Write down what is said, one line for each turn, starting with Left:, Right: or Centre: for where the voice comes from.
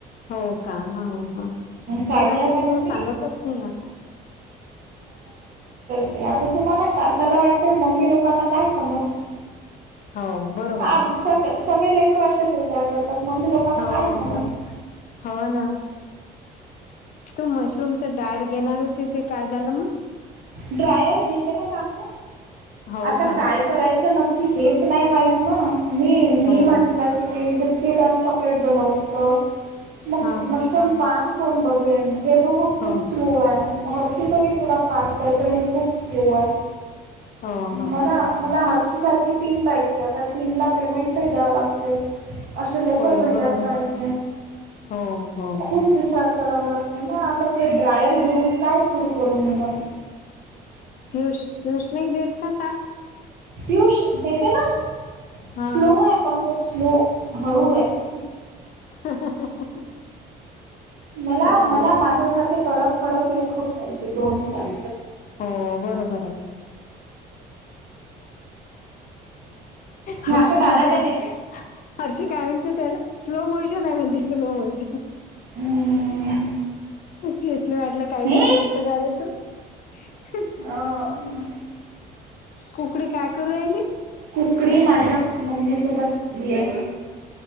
Left: हो का हाव ह
Right: काढला
Left: मला काही
Right: त्यांनी
Left: तो सांगतच नाही असा
Right: ते आता तुम्हाला का त्याला वाटत मम्मी लोकांना काय समजते
Left: हो बरोबर
Right: आ
Left: आहे.
Right: सग सगळे लेकरू असेच विचार करतात मम्मी लोकांना
Left: हो
Right: काय समजते
Left: हो हो ना तू मशरूमच डार घेणार होती ते काय झालं मग
Right: ड्रायव्हर घेते ना काकू
Left: हो
Right: आता
Left: का
Right: काय करायचं नक्की हेच नाही माहत ना मी मी
Left: हो
Right: म्हंटलं की मी बिस्किट आणि चॉकलेट बनवू तर मग
Left: हा
Right: ते मशरूम फार्म कोण बघेन हे दोघं खूप
Left: हो
Right: स्लो आहे. हर्षू तरी थोडा फास्ट आहे करण खूप स्लो आहे.
Left: हो हो
Right: मला मला हर्षू सारखी टीम पाहिजे आता टीमला पेमेंटही द्याव लागते. असे लोकही
Left: हो
Right: भेटायला
Left: बरोबर
Right: पाहिज
Left: हो हो
Right: खूप विचार कराव लागतं ना आता ते ड्रायर घेऊन काय सुरू करू मि मंग
Left: पियुष पियुष नाही देेत का सात
Right: पयुष देते ना
Left: हा
Right: स्लो आहे पण तो स्लो हळू आहे.
Left: हा
Right: मला
Left: काय
Right: मला माझ्यासारखे तडक फडक लोखक खायचेत दोन चार
Left: हो बरोबर आहे.
Right: यहाँ
Left: हर्षु
Right: पे डाला
Left: त्याला
Right: मैंने
Left: हर्षी काय म्हणते त्याला स्लो मावशी जन दिसलो आज
Right: हम्म,
Left: पीयुशला वाटलं काही
Right: हे
Left: बी बोलतो का रे तू
Right: अं,
Left: <inaudible> कुकडी काय करू राहिली.
Right: कुकडी माझ्या मम्मी सोबतली आहे.